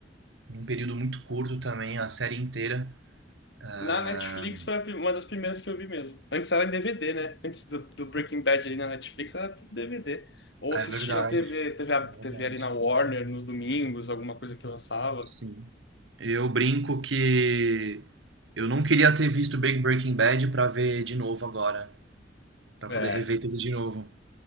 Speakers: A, on the right; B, on the left.
A: num período muito curto também, a série inteira. Ah,
B: na Netflix foi a pri- uma das primeiras que eu vi mesmo. Antes era em DVD, né? Antes do, do Breaking Bad ali na Netflix era tudo DVD. Ou assisti
A: é verdade,
B: na TV, TV, a-
A: é
B: TV
A: verdade.
B: ali na Warner, nos domingos, alguma coisa que lançava.
A: Sim. Eu brinco que eu não queria ter visto Big Breaking Bad pra ver de novo agora, Pra
B: é
A: poder rever tudo de novo.